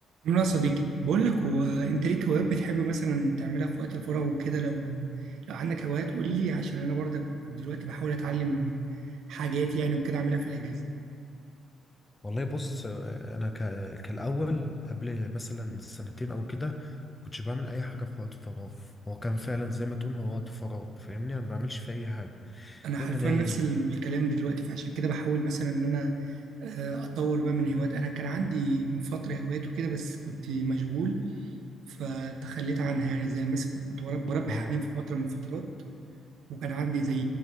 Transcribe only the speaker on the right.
عامل ايه يا صديقي بقول لك هو انت ليك هوايات بتحب مثلا تعملها في وقت الفراغ وكده لو لو عندك هوايات قول لي عشان انا برضك دلوقتي بحاول اتعلم حاجات يعني وكده اعملها في الاجازه
انا حرفيا
نفس الكلام دلوقتي فعشان كده بحاول مثلا ان انا آه، اتطور بقى من هوايات انا كان عندي من فتره هوايات وكده بس كنت مشغول فتخليت عنها يعني زي مثلا كنت كنت برب- بربي
حمام في فتره من الفترات وكان عندي زي